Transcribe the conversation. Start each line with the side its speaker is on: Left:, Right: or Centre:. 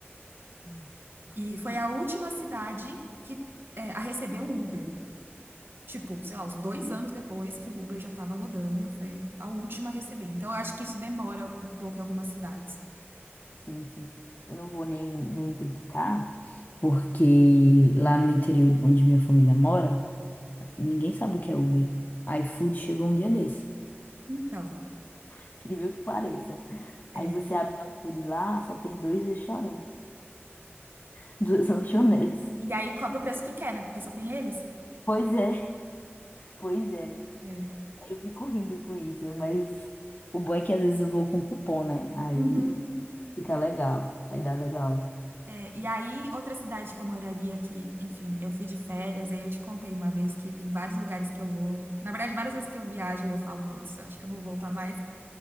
Left: Hum, Nunca
Right: E
Left: ouvi
Right: foi
Left: falar.
Right: a última cidade que é, a receber o Uber. Tipo, sei lá, uns dois anos depois que o Uber já estava rodando, foi a última a receber. Então, eu acho que isso demora um pouco em algumas cidades.
Left: Sim, sim. Eu não vou nem, nem criticar, porque lá no interior onde minha família mora, ninguém sabe o que é Uber. a iFood chegou um dia desse.
Right: Então,
Left: <laughs> Incrível que pareça.
Right: é.
Left: Aí você abre o iFood lá, só tem dois restaurantes, <laughs> duas lanchonetes.
Right: E aí cobra o preço que quer, né? Porque só tem eles.
Left: Pois é, pois é.
Right: É.
Left: Eu fico rindo com isso, mas o bom é que às vezes eu vou com cupom, né? Aí
Right: Uhum.
Left: fica legal, aí dá legal.
Right: É, e aí, outra cidade que eu moraria, que, enfim, eu fui de férias, e aí eu te contei uma vez que tem vários lugares que eu vou. Na verdade, várias vezes que eu viajo e eu falo, putz, eu acho que eu não vou voltar mais.